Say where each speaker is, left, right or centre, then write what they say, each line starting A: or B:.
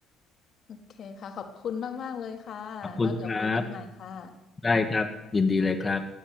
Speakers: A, on the left (about 45°); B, on the left (about 20°).
A: โอเคค่ะขอบคุณมากๆเลยค่ะแล้วเดี๋ยวคุยกันใหม่ค่ะ
B: ขอบคุณครับได้ครับยินดีเลยครับ